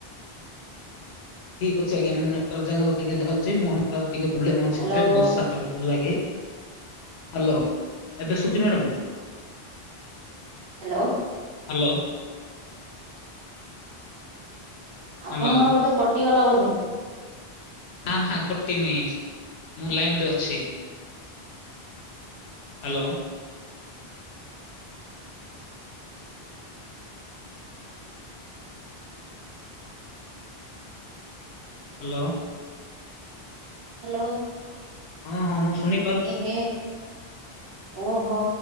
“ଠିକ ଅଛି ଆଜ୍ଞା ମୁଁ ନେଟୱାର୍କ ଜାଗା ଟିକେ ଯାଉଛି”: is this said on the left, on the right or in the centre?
Left